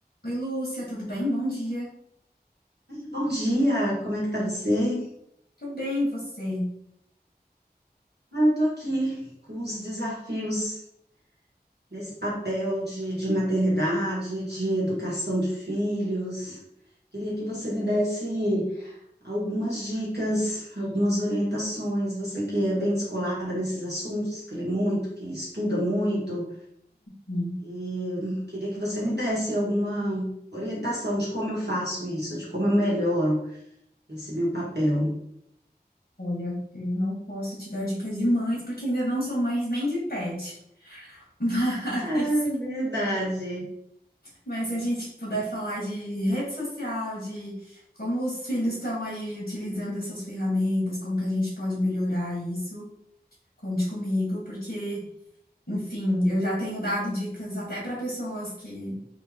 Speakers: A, on the left (about 75°); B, on the right (about 80°).
A: Oi, Lúcia, tudo bem? Bom dia.
B: Bom dia, como é que tá você?
A: Tudo bem, você?
B: Ah, eu tô aqui com os desafios nesse papel de, de maternidade, de educação de filhos. Queria que você me desse algumas dicas, algumas orientações. Você que é bem descolada nesses assuntos, que lê muito, que estuda muito,
A: Hum,
B: e queria que você me desse alguma orientação de como eu faço isso, de como eu melhoro esse meu papel.
A: Olha, eu não posso te dar dicas de mães, porque ainda não sou mãe nem de pet. <laughs> Mas,
B: Ah, é verdade.
A: mas se a gente puder falar de rede social, de como os filhos estão aí utilizando essas ferramentas, como que a gente pode melhorar isso, conte comigo, porque, enfim, eu já tenho dado dicas até para pessoas que